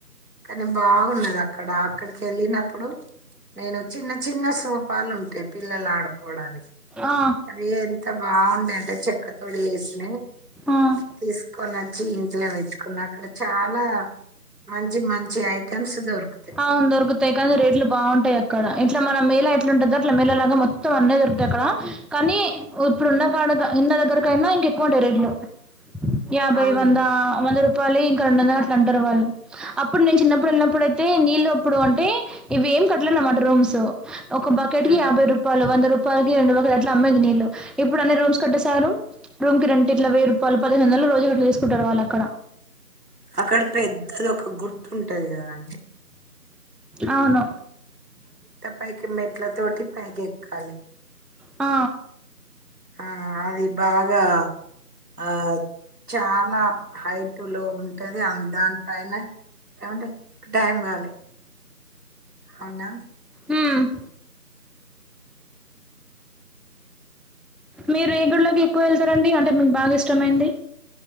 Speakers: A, on the right; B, in the centre.
A: కానీ బాగున్నది అక్కడ అక్కడికి వెళ్ళినప్పుడు నేను చిన్న చిన్న సోపాలు ఉంటాయి పిల్లలు ఆడుకోవడానికి
B: ఆ
A: అవి ఎంత బాగుందింటే చెక్క తోడి చేసినయ్
B: ఆ
A: తీసుకు కొని వచ్చి ఇంట్లో పెట్టుకున్నా అక్కడ చాలా మంచి మంచి ఐటమ్స్ దొరుకు
B: అవును దొరుకుతాయి కానీ రేట్లు బాగుంటాయి అక్కడ ఇట్లా మన మేల అయి ఉంటుది అట్లా మెల్లలాగా మొత్తం అన్న దొరుకుతయి అక్కడ కానీ ఇప్పుడు ఉన్న కాడ ఇండ్ల దగ్గరకయినా ఇంకా ఎక్కుంటాయి రేట్లు యా బై
A: అవును
B: వంద చెలి ఇంకా రెండు వందలు అట్లా అంటారు వాళ్ళు అప్పుడు నేను చిన్నప్పుడు వెళ్ళినప్పుడుతే నీళ్ళు అప్పుడు అంటే ఇవి ఏం కట్టలేన్నమాట రూమ్సు ఒక బకెట్
A: ఆ
B: కి యాభై రూపాలు వంద రూపాలు రూపాయకి రెండు బకెట్లు అట్ల అమ్మది నీళ్లు ఇప్పుడు అన్ని రూమ్స్ కట్టా సారు రూమ్ కి రెట్ ఇట్లా వెయ్య రూపాయలు పదిహేను వందలు రోజుకి అట్ల తీసుకుంటాడు వాళ్ళ అక్కడ
A: అక్కడ పెద్దది ఒక గుట్ట ఉంటది కదండి
B: అవును
A: పైకి మెట్ల తోటి పైకి ఎక్కాలి.
B: ఆ
A: ఆ అది బాగా ఆ చాలా హైట్ లో ఉంటది అ దానిపైన ఏమంటే టైం కాలే అవునా
B: హ్మ్. మీరు ఏగుడ్లోకి ఎక్కువ వెళ్తారండి అంటే మీకు బాగా ఇష్టమైంది